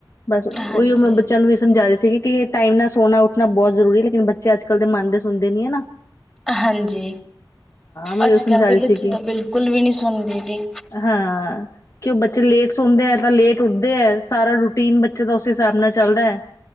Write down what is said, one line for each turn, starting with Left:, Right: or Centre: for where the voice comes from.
Left: ਬਸ। ਉਹੀ
Centre: ਹਾਂਜੀ
Left: ਮੈਂ ਬੱਚਿਆਂ ਨੂੰ ਵੀ ਸਮਝਾ ਰਹੇ ਸੀਗੇ ਕਿ, ਇਹ ਟਾਈਮ ਨਾਲ ਸੋਨਾ, ਉੱਠਣਾ ਬਹੁਤ ਜ਼ਰੂਰੀ ਲੇਕਿਨ ਬੱਚੇ ਅੱਜ-ਕਲ ਦੇ ਮਨਦੇ ਸੁਣਦੇ ਨੀ ਹੈਨਾ
Centre: ਹਾਂਜੀ।
Left: ਮੈਂ
Centre: ਅੱਜ-ਕਲ
Left: ਉਹ ਸਮਝਾ
Centre: ਦੇ
Left: ਰਹੀ ਸੀਗੀ
Centre: ਬੱਚੇ ਤਾਂ, ਬਿਲਕੁਲ ਵੀ ਨਹੀ ਸੋਂਦੇ ਜੀ।
Left: ਹਾਂ ਕਿ ਉਹ ਬੱਚੇ ਲੇਟ- ਸੋਂਦੇ ਹੈ ਤਾਂ, ਲੇਟ ਉਠਦੇ ਹੈ। ਸਾਰਾ ਰੂਟੀਨ ਬੱਚੇ ਦਾ ਉਸ ਹਿਸਾਬ ਨਾਲ ਚਲਦਾ ਹੈ।